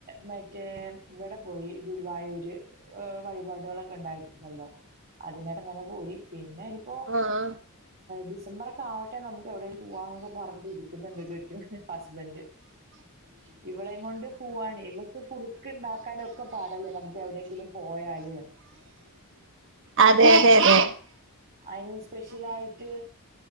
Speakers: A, on the right; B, on the right.
A: മറ്റേ ഇവിടെ പോയി ഗുരുവായൂര് വഴിപാടുകളൊക്കെ ഉണ്ടായിരുന്നല്ലോ അതിനൊക്കങ്ങനെ പോയി പിന്നെ പിന്ന ഇപ്പോ
B: ആ ആ
A: ഡിസംബർക്കെ ആവട്ടെ നമുക്ക് എവിടെ പൂവാന്നക്ക പറഞ്ഞിരിക്കുന്നുണ്ട് കെട്ടിയോൻ ഹസ് ബന്റ്. ഇവളെങ്കൊണ്ട് പോവാനെ ഇവക്ക് കുറുക്ക്ണ്ടാക്കാനൊക്കെ പാടല്ലേ നമ്മ എവിടെയെങ്കിലും പോയാല്
B: അതെ അതെ അതെ
A: അയ്ന് സ്പെഷ്യലായിട്ട്